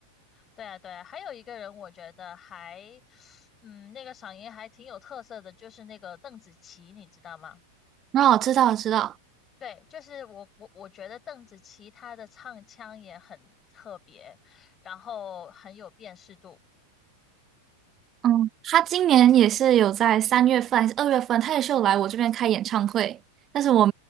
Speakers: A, on the left (about 25°); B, on the right (about 30°).
A: 对啊，对啊，还有一个人我觉得还，嗯，那个嗓音还挺有特色的，就是那个邓紫棋，你知道吗？
B: 哦，知道，我知道。
A: 对，就是我我我觉得邓紫棋她的唱腔也很特别，然后很有辨识度。
B: 嗯，他今年也是有在三月份还是二月份，他也是有来我这边开演唱会，但是我